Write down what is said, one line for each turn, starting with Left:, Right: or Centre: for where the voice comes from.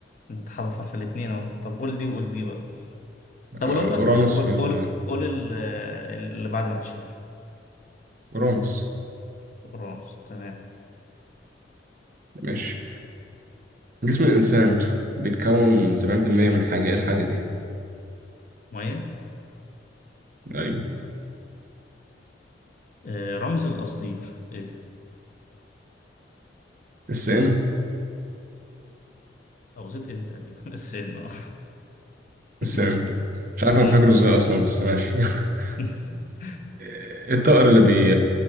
Left: نتحرف في الاتنين اهو طب قول دي وقول دي بقى طب
Right: آه،
Left: أقول
Right: اورانوس
Left: لك قول
Right: في ال...
Left: قول قول ال- اللي بعد ما تشيل
Right: اورانوس
Left: اورانوس تمام
Right: ماشي جسم الإنسان بيتكون من 70% من حاجة إيه الحاجة دي؟
Left: ميه
Right: أيوه
Left: آه، رمز القصدير ايه
Right: السام
Left: او زد ان تقريبا <laughs> السين اه <laughs>
Right: السام مش عارف
Left: مم.
Right: أنا فاكره إزاي أصلا بس ماشي <laughs>
Left: <laughs>
Right: إيه الطائر اللي بي